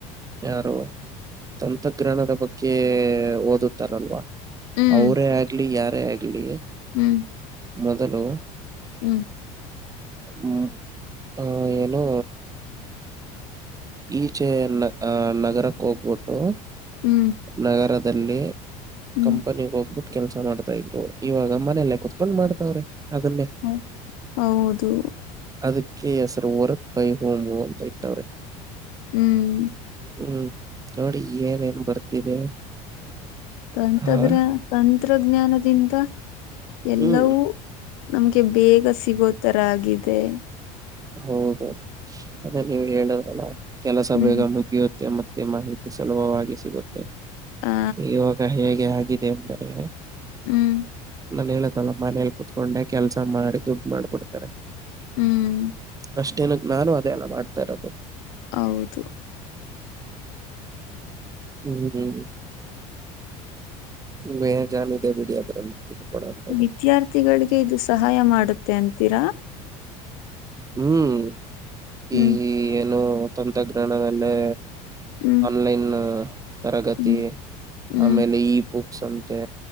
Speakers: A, on the right; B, on the left.
A: ಯಾರು ತಂತ್ರಜ್ಞಾನದ ಬಗ್ಗೆ ಓದುತ್ತಾರಲ್ವಾ
B: ಹ್ಮ್
A: ಅವರೇ ಆಗ್ಲಿ ಯಾರೇ ಆಗ್ಲಿ
B: ಹ್ಮ್.
A: ಮೊದಲು
B: ಹ್ಮ್
A: ಹ್ಮ ಅ ಏನು ಈಚೆ ನ ಅ ನಗರಕ್ಕ ಹೋಗ್ಬಿಟ್ಟು
B: ಹ್ಮ್
A: ನಗರದಲ್ಲಿ
B: ಹ್ಮ್
A: ಕಂಪನಿಗ ಹೋಗ್ಬಿಟ್ಟು ಕೆಲ್ಸ ಮಾಡ್ತಾ ಇದ್ರು ಇವಾಗ ಮನೇಲ್ಲೇ ಕುತ್ ಕೊಂಡ್ ಮಾಡ್ತವ್ರೆ ಅದನ್ನೇ
B: ಹ್ಮ ಹೌದು.
A: ಅದಕ್ಕೆ ಹೆಸರು ವರಕ್ಕ ಬೈ ಹೋಮು ಅಂತ ಇಟ್ಟವ್ರೆ
B: ಹ್ಮ್
A: ಹ್ಮ್ ನೋಡಿ ಏನೇನ್ ಬರ್ತಿದೆ
B: ತಂತ್ರಜ್ಞ
A: ಹಾ
B: ತಂತ್ರಜ್ಞಾನದಿಂದ ಎಲ್ಲವೂ
A: ಹ್ಮ್
B: ನಮ್ಗೆ ಬೇಗ ಸಿಗೋ ತರ ಆಗಿದೆ.
A: ಹೌದು ಅದೇ ನೀವು ಹೇಳದ್ರಲ್ಲ ಕೆಲಸ
B: ಹ್ಮ್
A: ಬೇಗ ಮುಗಿಯ ತ್ತೆ ಮತ್ತೆ ಮಾಹಿತಿ ಸುಲಭವಾಗಿ ಸಿಗುತ್ತೆ.
B: ಆ
A: ಇವಾಗ ಹೇಗೆ ಆಗಿದೆ ಅಂದರೆ
B: ಹ್ಮ್
A: ಮನೆಲ್ ಮನೇಲ ಕುತ್ಕೊಂಡೆ ಕೆಲ್ಸ ಮಾಡಿ ದುಡ್ ಮಾಡ್ಬಿಡ್ತಾರೆ.
B: ಹ್ಮ್
A: ಬೆಸ್ಟ್ ಏನಕ್ಕ ನಾನು ಅದೆ ಅಲ್ಲ ಮಾಡ್ತಾ ಇರೋದು
B: ಹೌದು.
A: ಹ್ಮ್ ಬೆಜಾನಿದೆ ಬಿಡಿ ಅದ್ರಲ್ಲಿ. ತಿಳ್ಕೊಳೋಂಥದ್ದು
B: ವಿದ್ಯಾರ್ಥಿಗಳಿಗೆ ಇದು ಸಹಾಯ ಮಾಡತ್ತೆ ಅಂತೀರಾ.
A: ಹ್ಮ್
B: ಹ್ಮ್
A: ಈ ಏನು ತಂತ್ರಜ್ಞಾನದಲ್ಲೇ.
B: ಹ್ಮ್
A: ಆನ್ಲೈನ್ ತರಗತಿ
B: ಹ್ಮ್ ಹ್ಮ್
A: ಆಮೇಲೆ ಇ ಬುಕ್ಸ್ ಅಂತೆ.